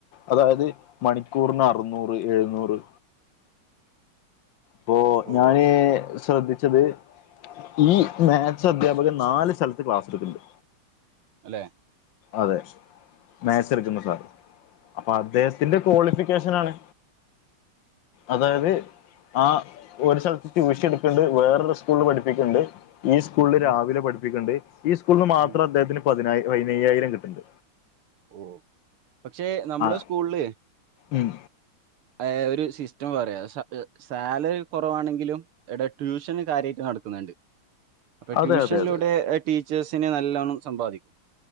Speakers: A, on the left; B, on the right.
A: അതായത് മണിക്കൂർന് അറ്ന്നൂറ് എഴ്ന്നൂറ് പ്പോ
B: ഓ
A: ഞാന് ശ്രെദ്ധിച്ചത് ഈ മേത്സ് അധ്യാപകൻ നാല് സ്ഥല്ത്ത് ക്ലാസ്ട്ക്ക്ണ്ട്
B: ല്ലേ
A: അതെ മേത്സെട്ക്ക്ന്ന സാറ് അപ്പൊ അദ്ദേഹത്തിന്റെ ക്വാളിഫിക്കേഷനാണ് അതായത് ആഹ് ഒരു സ്ഥല്ത്ത് ട്യൂഷൻട്ക്ക്ണ്ട് വേറൊരു സ്കൂള്ൽ പഠ്പ്പിക്ക്ണ്ട് ഈ സ്കൂളില്
B: ഉം
A: രാവിലെ പഠ്പ്പിക്ക്ണ്ട് ഈ സ്കൂൾന്ന് മാത്രദ്ദേഹത്തിന്
B: ഉം
A: പതിനായ് പയ്നെയ്യായിരം കിട്ട്ണ്ട്
B: ഓഹ് പക്ഷെ നമ്മളെ
A: ആ
B: സ്കൂൾൽ
A: ഉം
B: ഏഹ് ഒരു സിസ്റ്റം വേറെയാ സ സേലറി കൊറവാണെങ്കിലും എടെ ട്യൂഷന് കാര്യായ്ട്ട് നടക്ക്ണ് ണ്ട് അപ്പ
A: അതെ
B: ട്യൂഷന്ലൂടെ
A: അതെ അതെ
B: ടീച്ചേഴ്സിന് നല്ലൊണം സമ്പാദിക്ക